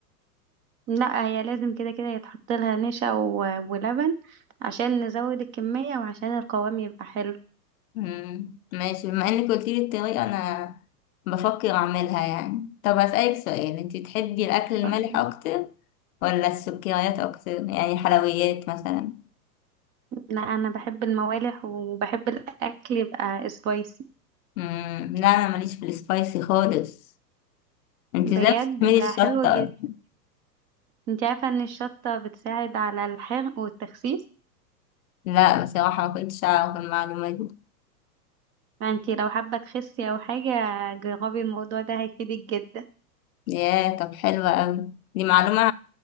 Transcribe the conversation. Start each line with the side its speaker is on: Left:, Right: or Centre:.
Right: لا هي لازم كده كده يتحط لها نشا و- ولبن عشان نزود الكمية وعشان القوام يبقى حلو
Left: مم. ماشي بما انك قلتيلي الطريقة انا بفكر اعملها يعني طب هسألك سؤال انتي بتحبي الاكل المالح
Right: ف-
Left: اكتر ولا السكريات اكتر يعني حلويات مثلا
Right: لا انا بحب الموالح وبحب الاكل يبقى سبايسي
Left: مم. لا انا ماليش في السبايسي خالص انتي
Right: بجد
Left: ازاي بتستعملي الشطة
Right: ده حلو
Left: أصلاً؟
Right: جدا انت عارفة ان الشطة بتساعد على الحرق والتخسيس
Left: لا بصراحة ما كنتش اعرف المعلومة دي
Right: ما انتي لو حابة تخسي او حاجة جربي الموضوع ده هيفيدك جدا
Left: ياه طب حلوة اوي دي معلومة